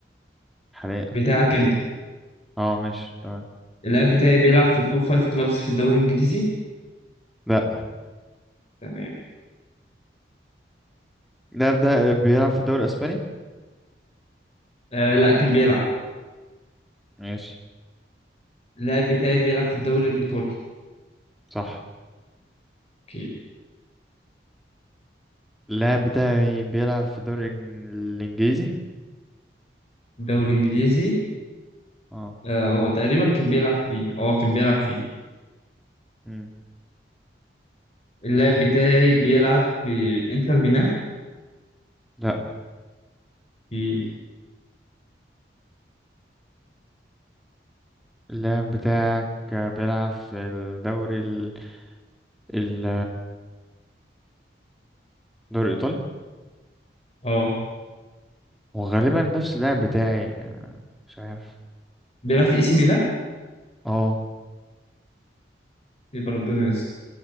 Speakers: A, in the centre; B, on the left.
A: حاليا
B: بتاعك انت
A: اه ماشي تمام
B: اللاعب بتاعي بيلعب في التوب فايف كلابس في الدوري الإنجليزي
A: لا
B: تمام
A: اللاعب ده بيلعب في الدوري الأسباني
B: آه لا كان بيلعب
A: ماشي
B: اللاعب بتاعي بيلعب في الدوري الإيطالي
A: صح
B: أوكي
A: اللاعب بتاعي بيلعب في الدوري الإن- الإنجليزي
B: الدوري الإنجليزي
A: اه
B: آه هو تقريبا كان بيلعب فيه اه كان بيلعب فيه
A: مم.
B: اللاعب بتاعي بيلعب في إنتر ميلان
A: لا
B: في
A: اللاعب بتاعك بيلعب في الدوري ال ال الدوري الإيطالي
B: اه
A: وغالبا نفس اللاعب بتاعي يعني، مش عارف
B: بيلعب في إي سي ميلان
A: اه
B: يبقى ربنا يستر